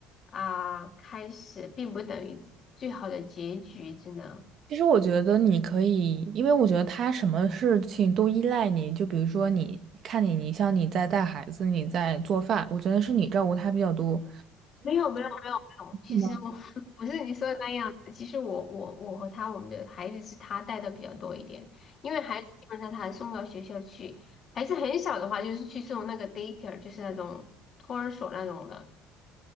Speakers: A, on the left; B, on the right.
A: 啊，开始并不等于最好的结局，真的。
B: 其实我觉得你可以，因为我觉得他什么事情都依赖你，就比如说你看你，你像你在带孩子，你在做饭，我觉得是你照顾他比较多。
A: 没有没有没有没有，其实我
B: 那。
A: <laughs> 不是你说的那样子。其实我我我和他，我们的孩子是他带的比较多一点，因为孩子基本上他还送到学校去，孩子很小的话就是去送那个 daycare，就是那种托儿所那种的。